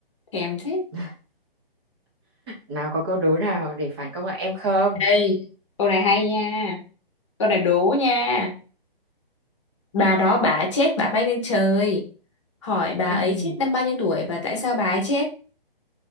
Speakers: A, on the left; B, on the right.
A: Thèm thế.
B: <laughs> nào có câu đố nào để phản công lại em không
A: Đây, câu này hay nha. Câu này đố nha. Bà đó bà chết bà bay lên trời. Hỏi bà
B: ừ
A: ấy chết năm bao nhiêu tuổi và tại sao bà ấy chết?